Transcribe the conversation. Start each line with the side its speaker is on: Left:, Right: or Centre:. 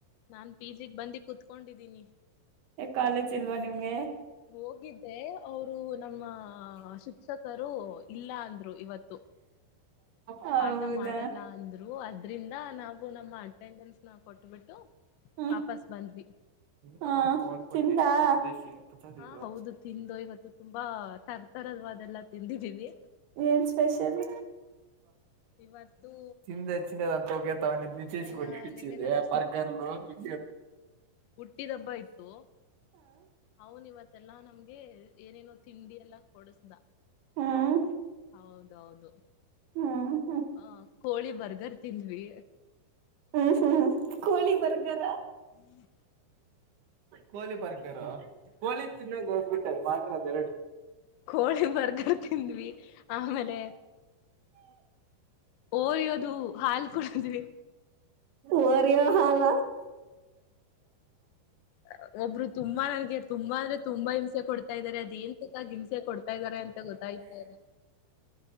Left: ನಾನ್ ಪಿ ಜಿಗ್ ಬಂದು ಕುೂತ್ಕೊಂಡಿದ್ದೀನಿ
Right: ಕಾಲೇಜ್ ಇಲ್ವಾ ನಿಮ್ಗೆ
Left: ಹೋಗಿದ್ದೆ ಅವರು ನಮ್ಮ ಶಿಕ್ಷಕರು ಇಲ್ಲ ಅಂದ್ರು ಇವತ್ತು
Right: ಹೌದಾ
Left: ಪಾಠ ಮಾಡಲ್ಲ ಅಂದ್ರು ಅದ್ರಿಂದ ನಾವು ನಮ್ಮ ಅಟೆಂಡೆನ್ಸ್ ನ ಕೊಟ್ಬಿಟ್ಟು
Right: ಹ
Left: ವಾಪಸ್ ಬಂದ್ವಿ
Right: ಹಾ ಚಿಂದಾ ದು
Left: ಹಾ ಹೌದು ತಿಂದು ಇವತ್ತು ತುಂಬಾ ತರ್ತರವಾದೆಲ್ಲ ತಿಂದಿದೀವಿ
Right: ಏನ್ ಸ್ಪಷಲಿ
Left: ಇವತ್ತು
Right: ತಿಿಂದ ಹೆಚ್ಚಿಿನದಂತ ನಿತೇಶ
Left: ನನ್ನ
Right: ಕೊಡಿ ಕಿಚ್ಚಿದೆ
Left: ನಿನ್ನೆ ನನ್ನ
Right: ಬರ್ಗರ್ ಇ
Left: ಹುಟ್ಟಿದ ಹಬ್ಬ ಇತತ್ತು ಅವನವತ್ತ ಇಷ್ಟೆಲ್ಲಾ ನಂಬಿ ಏನೇನೋ ತಿಂಡಿ ಎಲ್ಲಾ ಕೊಡಸ್ದ
Right: ಹ್ಮ್
Left: ಹೌದೌದು
Right: ಹ್ಮ್ ಹ್ಮ್
Left: ಹ ಕೋಳಿ ಬರ್ಗರ್ ತಿನ್್ವಿ
Right: ಹೂ ಹೂ ಕೋಳಿ ಬರ್ಗರ
Left: ಹೂ
Right: ಕೋಳಿ ಬರ್ಗರು ಕೋಳಿ ತಿನ್ನಾಗ ಹೋಗ್ಬಿಟ್ಟಲ್ ಮಾಡ್ರ ಅದು ಎರಡು
Left: ಕೋಳಿ ಬರ್ಗ ತಿಂದ್ವಿ ಆಮೇಲೆ ಓರಿಯೋದು ಹಾಲ್ ಕೊಡ್ಿದ್ವಿ
Right: ಹೊರೀಯೋ ಹಾಲ
Left: ಹ ಒಬ್ಬರು ತುಂಬಾ ನನ್ಗೆ ತುಂಬಾ ಅಂದ್ರೆ ತುಂಬಾ ಹಿಂಸೆ ಕೊಡ್ತ ಇದ್ದಾರೆ ಅದ ಏನ್ ತಕ್ಕಾಗಿ ಹಿಂಸೆ ಕೊಡ್ತಾ ಇದ್ದಾರೆ ಅಂತ ಗೊತ್ತಾ ಆಯ್ತ